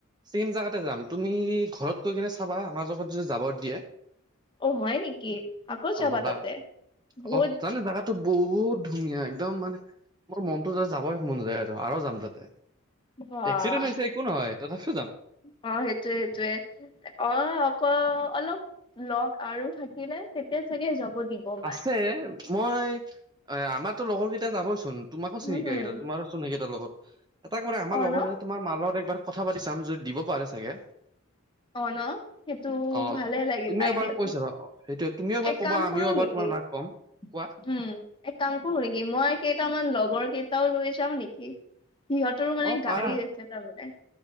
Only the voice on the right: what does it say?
চেম জাগগাতে যাম তুমি ঘৰত কৈ কিনে চাবা মাজত যদি জাবৰ দিয়ে
অ না
অ জানো জাগাটো বহুত ধুনীয়া একদম মানে মোৰ মনতো তাতে যাবই মন যায় আৰু যাম তাতে
এক্সিডেণ্ট হৈছে একো নহয় তথাপি
আছে মই আমাৰো লগৰ কেইটা যাবচোন তোমাকোিনিকা
এা তোমো চিনকিাৰ লগত এটা ক আমাৰ
লগৰ
তোমাৰ মালত একবাৰ কথা পাতি চাম যদি দিব পাৰে চাগে
অ
তুমি
এবাৰ কৈছাা অ সেইটোয়ে তুমিও এবাৰ
কবা
আমিও
এবাৰ
তোমাৰ মাক
ক'ম কোৱা
অ পাৰা